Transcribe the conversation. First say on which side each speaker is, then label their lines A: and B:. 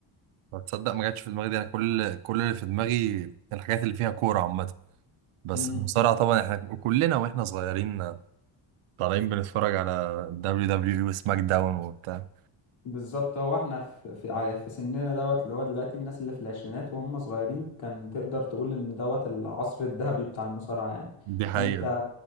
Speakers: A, on the right (about 80°); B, on the left (about 70°).
A: تصدق ما جاتش في دماغي دي انا كل كل اللي في دماغي الحاجات اللي فيها كورة عامة بس
B: امم
A: المصارعة طبعا احنا كلنا واحنا صغيرين طالعين بنتفرج على دبليو دبليو اي وسماك داون وبتاع
B: بالظبط هو احنا في في ع- في سننا دوت اللي هو دلوقتي الناس اللي في العشرينات وهم صغيرين كان تقدر تقول إن دوت العصر الذهبي بتاع المصارعة يعني
A: دي حقيقة
B: انت